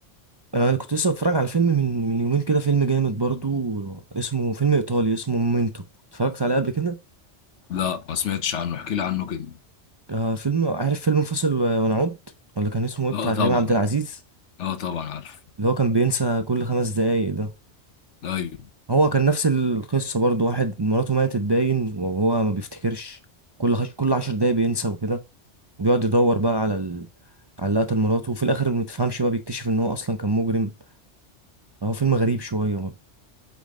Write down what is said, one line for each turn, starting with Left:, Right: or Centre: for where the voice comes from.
Right: انا كنت لسه بتفرج على فيلم من من يومين كده فيلم جامد برضو اسمه فيلم ايطالي اسمه مومنتو اتفرجت عليه قبل كده
Left: لا ما سمعتش عنه احكي لي عنه كده
Right: آه، فيلم عارف فيلم فاصل ونعود ولا كان اسمه ايه
Left: اه
Right: بتاع
Left: طبعا
Right: كريم عبد العزيز
Left: اه طبعا عارف
Right: اللي هو كان بينسى كل خمس دقايق ده
Left: ايوه
Right: هو كان نفس القصة برضو واحد مراته ماتت باين وهو ما بيفتكرش كل خش... كل عشر دقايق بينسى وكده وبيقعد يدور بقى على ال... على اللي قتل مراته وفي الآخر ما تفهمش بقى بيكتشف إن هو أصلا كان مجرم هو فيلم غريب شوية برضه